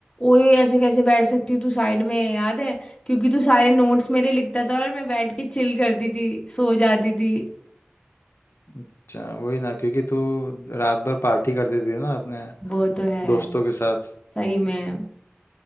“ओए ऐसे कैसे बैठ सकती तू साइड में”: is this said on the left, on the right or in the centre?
Left